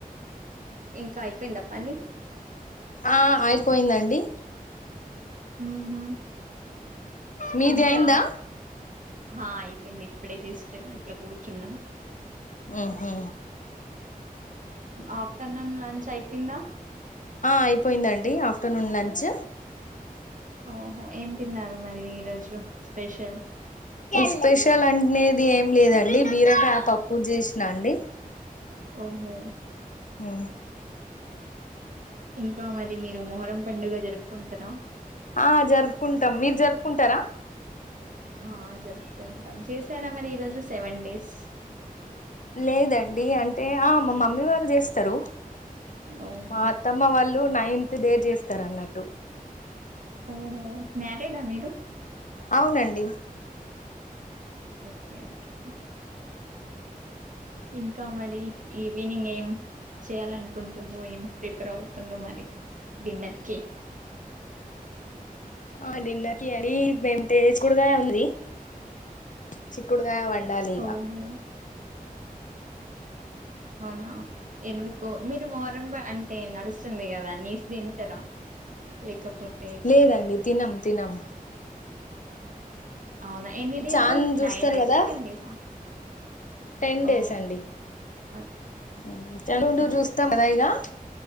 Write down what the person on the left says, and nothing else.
ఆ అయిపోయిందండి
మీది
అయిందా
ఒహొ
అయిపోయిందండి ఆఫ్టర్నూన్ లంచ్
స్పెషల్ అంట్నేది ఏం లేదండి బీరకాయ పప్పు చేసినా అండి
హ్మ్
ఆ జరుపుకుంటాం మీరు జరుపుకుంటరా
లేదండి అంటే ఆ మా మమ్మీ వాళ్ళు జేస్తరు
మా అత్ త్తమ్మ వాళ్ళు నైన్త్ డే జేస్తరన్నట్టు
అవునండి
ఆ డిన్నర్ కి అండి మేం తేజ్ కూరగాయ ఉన్నది చిక్కుడుగాయ వండాలి ఇగ
లేదండి తినం తినం
చాన్ చూస్తారు
కదా
టెన్ డేస్
అండి
<unintelligible>